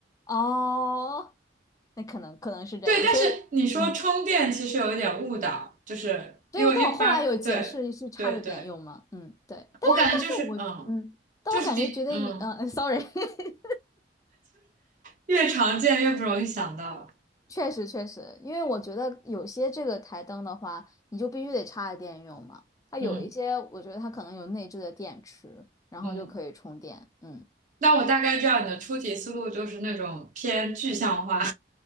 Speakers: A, on the left; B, on the right.
A: 哦，那可能可能是这样，
B: 对。但是你说充电其实有一点误导，
A: 所以嗯，
B: 就是因为一般，
A: 对，但我后来有解释是插着点用嘛，
B: 对对对，
A: 嗯，对，但他但是我嗯，
B: 我感觉就是嗯，
A: 但我感觉觉得呃，sorry，
B: 就是第嗯，
A: <laughs>
B: 越常见越不容易想到，
A: 确实确实，因为我觉得有些这个台灯的话，你就必须得插着电用嘛。它有一些，
B: 嗯
A: 我觉得它可能有内置的电池，然后就可以充电。
B: 嗯。
A: 嗯，
B: 那我大概知道你的出题思路就是那种偏具象化，